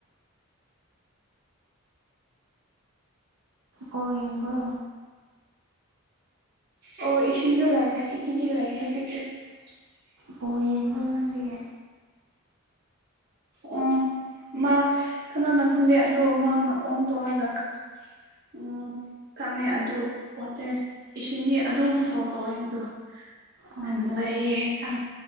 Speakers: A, on the right (about 85°); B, on the right (about 45°).
A: ꯑꯣ ꯌꯦꯡꯕ꯭ꯂꯣ
B: ꯑꯣ ꯏꯁꯤꯤꯟ ꯇ ꯂꯥꯛꯌꯦꯦ ꯑꯩꯈꯗꯤ ꯂꯥꯛꯌꯦꯦ ꯍꯥꯏ
A: ꯄ ꯌꯦꯣ ꯅꯗꯤ
B: ꯑꯣ ꯃꯥ ꯀꯅꯥꯅꯣ ꯈꯪꯗꯦ ꯑꯗꯣ ꯃꯥꯅ ꯑꯣꯟ ꯇꯧꯔꯒ ꯎꯝ ꯊꯝꯃꯦ ꯑꯗꯨ ꯋꯥꯇꯔ ꯏꯁꯤꯡꯒꯤꯗꯤ ꯑꯗꯨꯝ ꯐ꯭ꯂꯣ ꯇꯧꯋꯦ ꯑꯗꯨꯒ
A: ꯑꯣ
B: ꯑꯅꯂꯌꯦꯒ